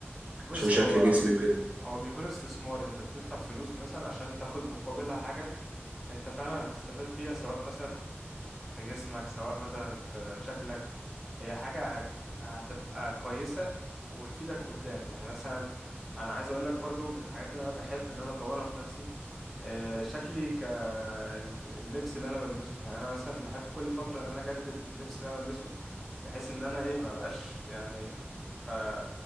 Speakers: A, in the centre; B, on the right.
A: بص
B: عشان شكل
A: هو
B: جسمي وكده
A: هو بيكون استثمار انت بتدفع فلوس مثلا عشان تاخد مقابلها حاجة انت فعلا هتستفاد بيها سواء مثلا في جسمك سواء مثلا في شكلك هي حاجة هت... هتبقى كويسة وتفيدك قدام يعني مثلا أنا عايز أقول لك برضو من الحاجات اللي أنا بحب إن أنا أطورها في نفسي آه، شكلي كاللبس اللي أنا بلبسه يعني أنا مثلا بحب كل فترة إن أنا أجدد اللبس اللي أنا بلبسه بحيث إن أنا إيه ما بقاش يعني ب-